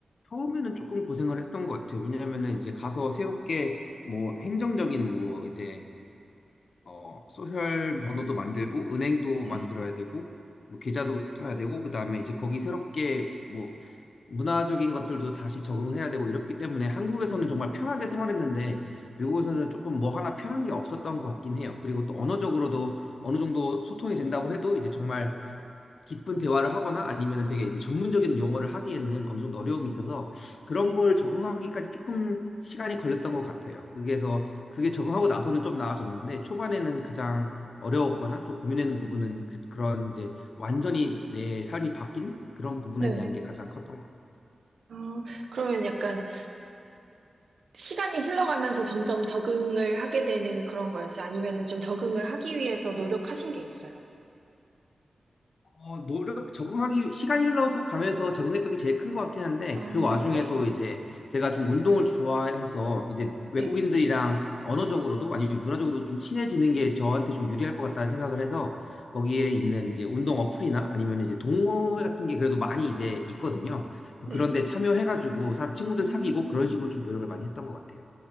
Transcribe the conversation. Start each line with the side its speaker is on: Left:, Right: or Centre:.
Left: 처음에는 조금 고생을 했던 것 같아요. 왜냐하면은 이제 가서 새롭게 뭐 행정적인 뭐 이제 어, 소셜 번호도 만들고 은행도
Right: 네.
Left: 만들어야 되고 뭐 계좌도 떠야 되고 그다음에 이제 거기 새롭게 뭐 문화적인 것들도 다시 적응을 해야 되고 이렇기 때문에 한국에서는 정말 편하게 생활했는데 미국에서는 조금 뭐 하나 편한 게 없었던 것 같긴 해요. 그리고 또 언어적으로도 어느 정도 소통이 된다고 해도 이제 정말 깊은 대화를 하거나 아니면 되게 이제 전문적인 용어를 하기에는 어느 정도 어려움이 있어서 그런
Right: 네.
Left: 걸 적응하기까지 조금 시간이 걸렸던 것 같아요. 그게서 그게 적응하고 나서는 좀 나아졌는데 초반에는 가장 어려웠거나 좀 고민되는 부분은 그, 그런 이제 완전히 내 삶이 바뀐 그런 부분에
Right: 네.
Left: 대한 게 가장 컸던 것 같아요.
Right: 아, 그러면 약간 시간이 흘러가면서 점점 적응을 하게 되는 그런 거였어요? 아니면은 좀 적응을 하기 위해서 노력하신 게 있어요?
Left: 어, 노력, 적응하기, 시간이 흘러서 가면서 적응했던 게 제일 큰 것 같긴 한데,
Right: 음,
Left: 그 와중에도
Right: 네.
Left: 이제 제가 좀 운동을 좋아해서 이제 외국인들이랑
Right: 네.
Left: 언어적으로도 아니면 문화적으로도 좀 친해지는 게 저한테 좀 유리할 것 같다는 생각을 해서 거기에 있는 이제 운동 어플이나 아니면 이제 동호회 같은 게 그래도 많이 이제 있거든요. 그래서
Right: 네.
Left: 그런 데 참여해가지고 사- 친구들
Right: 음,
Left: 사귀고 그런 식으로 좀 노력을 많이 했던 것 같아요.